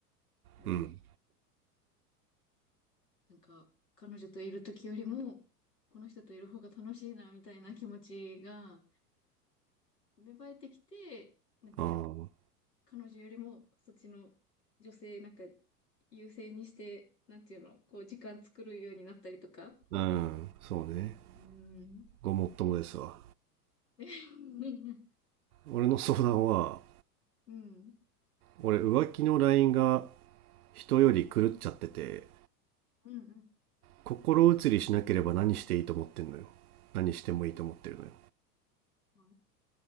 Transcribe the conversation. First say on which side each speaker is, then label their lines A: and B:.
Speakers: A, on the left (about 85°); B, on the right (about 65°).
A: うん
B: うん。
A: なんか、彼女といる時よりも、この人といる方が楽しいな、みたいな気持ちが芽生えてきて、なんか、
B: ああ。
A: 彼女よりも、そっちの女性、なんか、優先にして、なんていうの、こう、時間作るようになったりとか。
B: うん。そうね。
A: うーん。
B: ごもっともですわ。
A: <laughs>
B: 俺の相談は
A: うん。
B: 俺浮気のラインが人より狂っちゃってて
A: うん。
B: 心移りしなければ何していいと思ってんのよ何してもいいと思ってるのよ
A: あ